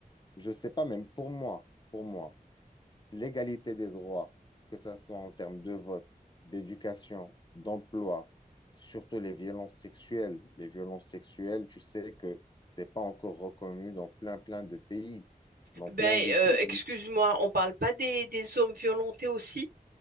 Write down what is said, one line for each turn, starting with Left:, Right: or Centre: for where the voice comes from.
Left: je ne sais pas, même pour moi, pour moi, l'égalité des droits, que ce soit en termes de vote, d'éducation, d'emploi, surtout les violences sexuelles. Les violences sexuelles, tu sais que c'est pas encore reconnu dans plein, plein de pays. Dans
Right: Ben,
Left: plein de
Right: euh,
Left: pays,
Right: excuse-moi, on parle pas des, des hommes violentés aussi?